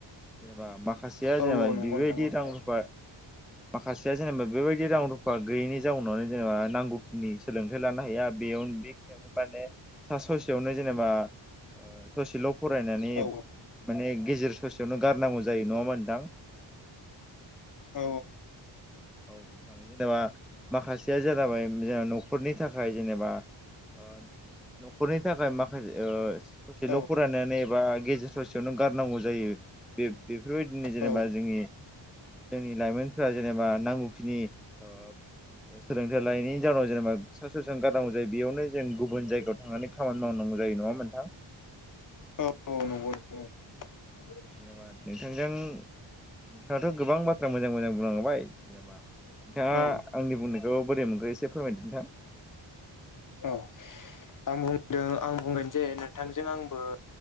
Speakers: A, in the centre; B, on the left.
A: जेनेबा माखासेया
B: औ
A: जेनेबा
B: औ नंगौ
A: बेबायदि
B: नोंथां औ खोथाया
A: रां रुफा माखासेया जेनेबा बेबायदि रां रूफा गैयिनि जाउनावनो जेनेबा नांगौखिनि सोलोंथाइ लानो हाया बेयाव बेखिनियावनो माने सा ससेयावनो जे जेनेबा ओ ससेल' फरायनानै
B: औ
A: माने गेजेर ससेयावनो गारनांगौ जायो नङा होनबा नोंथां?
B: औ
A: औ नोंथां जेनेबा माखासेया जा जाबाय जेनेबा न'खरनि थाखाय जेनेबा ओ न'खरनि थाखाय माखा ओ ससेल'
B: औ
A: फरायनानै एबा गेजेर ससेयावनो गारनांगौ जायो। बे-बेफोरबायदिनो जेनेबा
B: औ
A: जोंनि जोंनि लाइमोनफोरा जेनेबा नांगौखिनि ओ सोलोंथाइ लायिनि जाहोनाव जेनेबा सा स'सेयावनो गारांगौ जायो। बेयावनो जों गुबुन जायगायाव थांनानै खामानि मावनांगौ नुजायो नङा होनबा नोंथां?
B: औ औ नंगौ नोंथां। <unintelligible>
A: जेनेबा नोंथांजों नोंथाङाथ' गोबां बाथ्रा मोजां मोजां बुंला बाय जेनबा नोंथाङा
B: औ
A: आंनि बुंनायखौ बोरै मोनखो एसे फोरमायदो नोंथां।
B: ओ आं बुंदों आं बुंगोन जे नोंथांजों आंबो